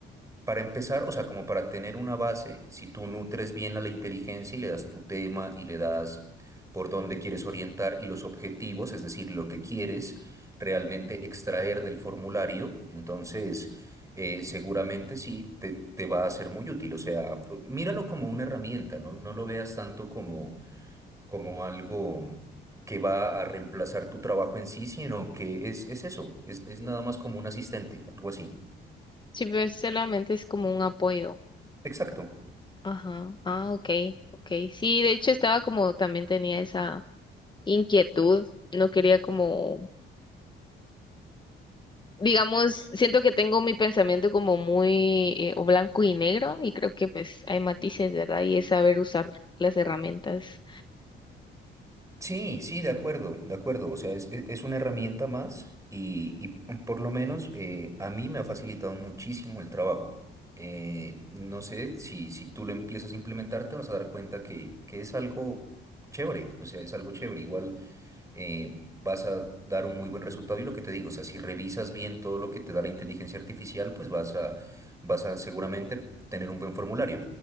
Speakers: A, on the right (about 15°); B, on the left (about 25°).
A: para empezar, o sea, como para tener una base, si tú nutres bien a la inteligencia y le das tu tema y le das por dónde quieres orientar y los objetivos, es decir, lo que quieres realmente extraer del formulario, entonces eh, seguramente sí te, te va a ser muy útil. O sea, míralo como una herramienta, no, no lo veas tanto como, como algo que va a reemplazar tu trabajo en sí, sino que es, es eso, es, es nada más como un asistente, algo así.
B: Sí, pues solamente es como un apoyo.
A: Exacto.
B: Ajá. Ah, ok, ok. Sí, de hecho estaba como también tenía esa inquietud. No quería como digamos, siento que tengo mi pensamiento como muy eh, o blanco y negro y creo que pues hay matices, ¿verdad? Y es saber usar las herramientas.
A: Sí, sí, de acuerdo, de acuerdo. O sea, es, e- es una herramienta más y, y por lo menos eh, a mí me ha facilitado muchísimo el trabajo. Eh, no sé si, si tú lo empiezas a implementar, te vas a dar cuenta que, que es algo chévere. O sea, es algo chévere. Igual eh, vas a dar un muy buen resultado. Y lo que te digo, o sea, si revisas bien todo lo que te da la inteligencia artificial, pues vas a, vas a seguramente tener un buen formulario.